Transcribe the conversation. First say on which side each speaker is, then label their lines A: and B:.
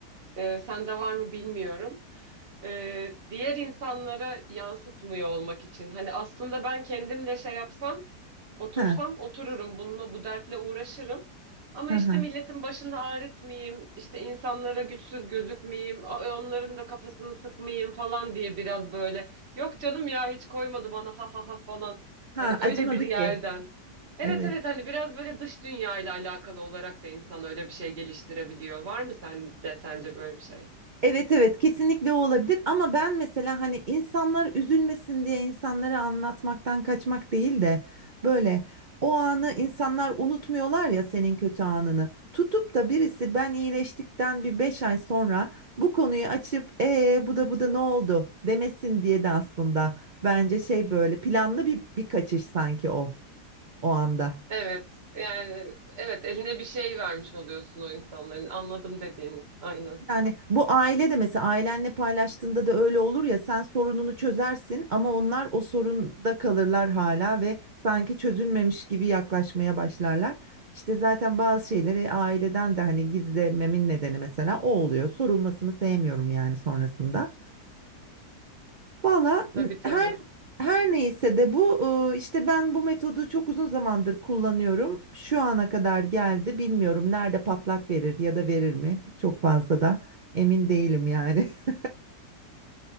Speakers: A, on the right; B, on the right.
A: Ee, sende var mı bilmiyorum. Ee, diğer insanlara yansıtmıyor olmak için. Hani aslında ben kendimle şey yapsam Otursam
B: Ha
A: otururum bununla bu dertle uğraşırım. Ama
B: ha
A: işte
B: ha.
A: milletin başını ağrıtmayayım, işte insanlara güçsüz gözükmeyeyim, a- e, onların da kafasını sıkmayayım falan diye biraz böyle. Yok canım ya hiç koymadı bana ha ha ha falan.
B: <laughs> Ha
A: Hani öyle
B: acımadı
A: bir yerden.
B: ki.
A: Evet
B: Evet.
A: evet hani biraz böyle dış dünya ile alakalı olarak da insan öyle bir şey geliştirebiliyor. Var mı sende sence böyle bir şey?
B: Evet evet kesinlikle o olabilir ama ben mesela hani insanlar üzülmesin diye insanlara anlatmaktan kaçmak değil de böyle o anı insanlar unutmuyorlar ya senin kötü anını. Tutup da birisi ben iyileştikten bir 5 ay sonra bu konuyu açıp ee bu da bu da ne oldu demesin diye de aslında bence şey böyle planlı bir bir kaçış sanki o o anda.
A: Evet yani evet eline bir şey vermiş oluyorsun o insanların anladım dediğini. Aynen.
B: Yani bu aile de mesela ailenle paylaştığında da öyle olur ya sen sorununu çözersin ama onlar o sorunda kalırlar hala ve sanki çözülmemiş gibi yaklaşmaya başlarlar. İşte zaten bazı şeyleri aileden de hani gizlememin nedeni mesela o oluyor. Sorulmasını sevmiyorum yani sonrasında. Valla
A: Tabii tabii.
B: her her neyse de bu e, işte ben bu metodu çok uzun zamandır kullanıyorum. Şu ana kadar geldi. Bilmiyorum nerede patlak verir ya da verir mi? Çok fazla da emin değilim yani. <laughs>